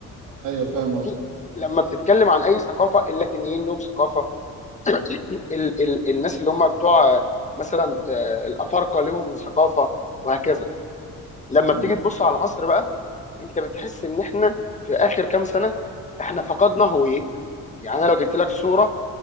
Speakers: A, on the right; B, on the left.
A: ايوه فاهم قصدك
B: في لما بتتكلم عن اي ثقافه اللاتينيين لهم ثقافه <clears throat> ال ال الناس اللي هم بتوع مثلا آه، الافارقه لهم ثقافه وهكذا لما
A: مم.
B: بتيجي تبص على مصر بقى انت بتحس ان احنا في اخر كام سنه احنا فقدنا هويتنا يعني انا لو جبت لك صوره